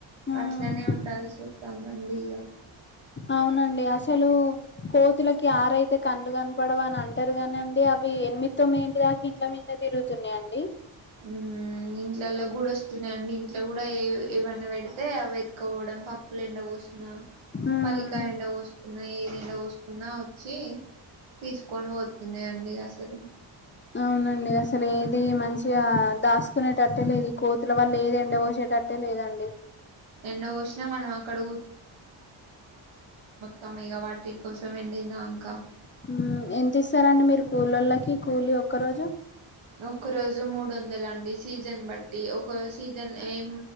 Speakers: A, on the left; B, on the right.
A: ఆ ఆ
B: అట్లనే ఉండాల్సి తనండి ఇగ
A: అవునండి అసలు కోతులకి ఆరైతే కళ్ళు కనపడవు అని అంటారు కానిండి అవి ఎనిమిత్తం ఏంటి దాకు ఇండ్ల మీదే తిరుగుతున్నాయండి
B: హ్మ్ ఇంట్లలో గూడ వస్తున్నాయండి ఇంట్లో కూడా ఎ ఏవన్న పెడితే అవి ఎతకపోవడం ప పప్పులు ఎండ పోసిన
A: హ్మ్
B: పల్లికాయ ఎండ పోస్ కున్నా ఏది ఎండ పోసుకున్నా వచ్చి తీసుకొని పోతున్నాయండి అసలు
A: అవునండి అసలు ఎ ది మంచిగా దాసుకునేటట్టే లేదు కోతుల వాళ్ళ లేదండి పోసేటట్టే లేదండి
B: ఎండ పోసినా మనం అక్కడ తమ ఇగ బట్టి కోసం ఎండినంకా
A: హ్మ్ ఎంత ఇస్తారండి మీరు కూల్లోలకి కూలి ఒక్క రోజు
B: ఒక్క రోజు మూడు వందల అండి సీజన్ బట్టి ఒక సీజన్ ఏం